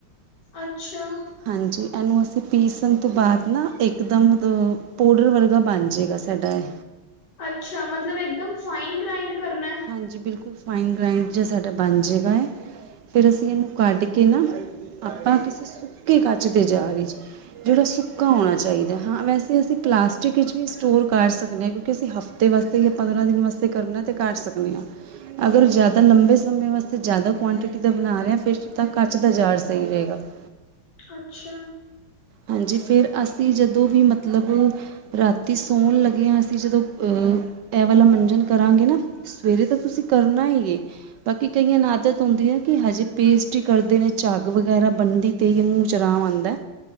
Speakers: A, on the left; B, on the right.
A: ਅੱਛਾ
B: ਹਾਂਜੀ, ਐਨੂੰ ਅਸੀਂ ਪੀਸਣ ਤੋਂ ਬਾਦ ਨਾ ਇਕਦਮ ਦ ਪੋਡਰ ਵਰਗਾ ਬਣ ਜੇਗਾ ਸਾਡਾ ਏ।
A: ਅੱਛਾ ਮਤਲਬ ਇੱਕਦਮ ਫਾਈਨ ਗ੍ਰਾਈੰਡ ਕਰਨੈ?
B: ਹਾਂਜੀ ਬੇਲਕੁਲ ਫਾਈਨ ਗ੍ਰੈਡ ਜੇਆ ਸਾਡਾ ਬਣ ਜੇਗਾ ਫੇਰ ਅਸੀਂ ਏਨੂੰ ਕੱਢ ਕੇ ਨਾ, ਆਪਾਂ ਕਿਸੇ ਸੁੱਕੇ ਕੱਚ ਤੇ ਜਾ ਰ ਚ ਜੇੜਾ ਸੁੱਕਾ ਹੋਣਾ ਚਾਈਦਾ ਆ ਵੈਸੇ ਅਸੀਂ ਪਲਾਸਟਿਕ ਵਿੱਚ ਵੀ ਸਟੋਰ ਕਰ ਸਕਦੇ ਨੇ ਕਿਉੰਕੀ ਅਸੀਂ ਹਫ਼ਤੇ ਵਾਸਤੇ ਜਾਂ ਪੰਦਰਾਂ ਦਿਨ ਵਾਸਤੇ ਕਰਨਾ ਤੇ ਕਰ ਸਕ ਦੇਆ। ਅਗਰ ਜਾਦਾ ਲੰਬੇ ਸਮੇਂ ਵਾਸਤੇ ਜਾਦਾ ਕੁਆਂਟਿਟੀ ਦਾ ਬਣਾ ਰਏ ਆ ਫੇਰ ਤਾਂ ਕੱਚ ਦਾ ਜਾਰ ਸਈ ਰਏਗਾ। <inaudible>
A: ਅੱਛਾ।
B: ਹਾਂਜੀ ਫੇਰ ਅਸੀਂ ਜਦੋਂ ਵੀ ਮਤਲਬ ਰਾਤੀ ਸੋਣ ਲੱਗੇਆ ਅਸੀਂ ਜਦੋਂ ਆ, ਐ ਵਾਲਾ ਮੰਜਣ ਕਰਾਂਗੇ ਨਾ ਸਵੇਰੇ ਤਾਂ ਤੁਸੀਂ ਕਰਨਾ ਹੀ ਏ, ਬਾਕੀ ਕਈਆਂ ਨ ਆਦਤ ਧੋਂਦੇ ਹੈ ਕਿ ਹਜੇ ਪੇਸਟ ਹੀ ਕਰਦੇ ਨੇ, ਝੱਗ ਵਗੈਰਾ ਬਣਦੀ, ਤੇ ਹੀ ਮੂੰਹ 'ਚ ਆਰਾਮ ਆਉਂਦਾ। ਹ-